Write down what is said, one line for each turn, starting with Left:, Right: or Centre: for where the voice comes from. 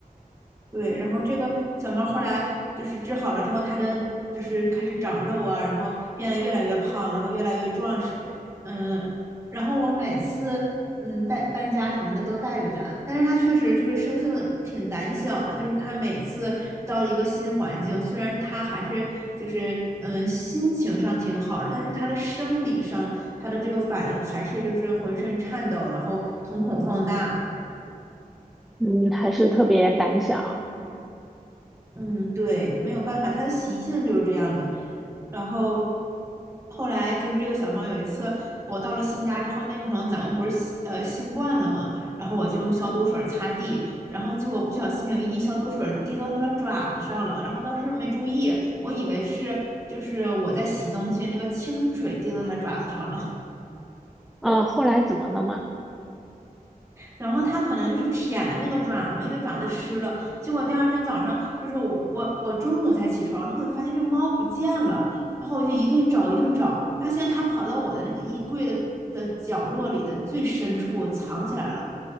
Right: 对，然后这个小猫后来就是治好了之后，它的就是开始长肉啊，然后变得越来越胖，然后越来越壮实，嗯，然后我每次嗯带搬家什么的都带着它，但是它确实就是生性挺胆小的，就是它每次到了一个新环境，虽然它还是就是嗯心情上挺好的，但是它的生理上它的这个反应还是就是浑身颤抖，然后瞳孔放大，
Centre: 嗯，还是特别胆小。
Right: 嗯，对，没有办法，它的习性就是这样的。然后后来就是这个小猫有一次，我到了新家之后，那个时候咱们不是新呃新冠了嘛，然后我就用消毒水擦地，然后结果不小心有一滴消毒水滴到它的爪子上了，然后当时没注意，我以为是就是我在洗东西，那个清水滴到它爪子上了。
Centre: 啊，后来怎么了嘛？
Right: 然后它可能就是舔的那个爪子嘛，因为爪子湿了。结果第二天早上，就是我我我中午才起床，然后我就发现这猫不见了，然后我就一顿找一顿找，发现它跑到我的那个衣柜的的角落里的最深处藏起来了。